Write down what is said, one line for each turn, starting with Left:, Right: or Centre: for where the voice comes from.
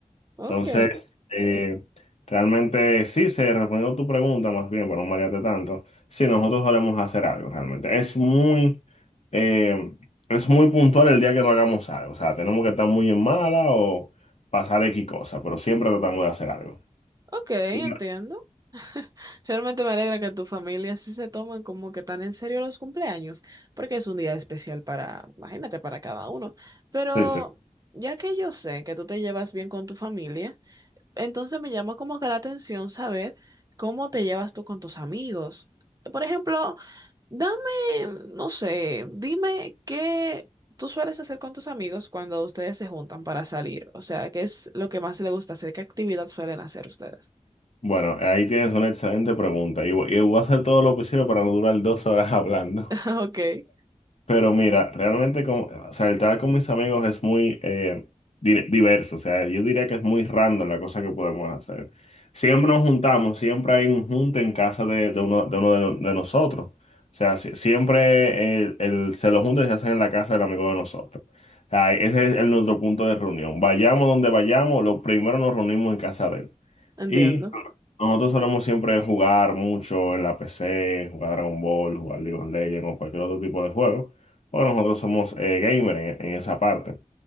Right: Ok,
Left: Entonces, eh, realmente sí, se respondió tu pregunta más bien, para no marearte tanto, sí, nosotros solemos hacer algo realmente. Es muy, eh, es muy puntual el día que no hagamos algo, o sea, tenemos que estar muy en mala o pasar X cosa, pero siempre tratamos de hacer algo.
Right: ok, entiendo.
Left: Y no-
Right: <laughs> Realmente me alegra que tu familia sí se tomen como que tan en serio los cumpleaños, porque es un día especial para, imagínate, para cada uno. Pero
Left: sí, sí.
Right: ya que yo sé que tú te llevas bien con tu familia, Entonces me llama como que la atención saber cómo te llevas tú con tus amigos. Por ejemplo, dame, no sé, dime qué tú sueles hacer con tus amigos cuando ustedes se juntan para salir. O sea, ¿qué es lo que más les gusta hacer? ¿Qué actividad suelen hacer ustedes?
Left: Bueno, ahí tienes una excelente pregunta y voy, y voy a hacer todo lo posible para no durar dos horas <laughs> hablando.
Right: <laughs> Ok,
Left: Pero mira, realmente como, o sea, el tratar con mis amigos es muy eh, di- diverso, o sea, yo diría que es muy random la cosa que podemos hacer. Siempre nos juntamos, siempre hay un junte en casa de, de uno, de uno de, no- de nosotros. O sea, si- siempre el, el- se los junta se hacen en la casa del amigo de nosotros. O sea, ese es el- nuestro punto de reunión. Vayamos donde vayamos, lo primero nos reunimos en casa de él.
Right: entiendo.
Left: Y nosotros solemos siempre jugar mucho en la PC, jugar Dragon Ball, jugar League of Legends o cualquier otro tipo de juego. Bueno, nosotros somos eh, gamer en, en esa parte.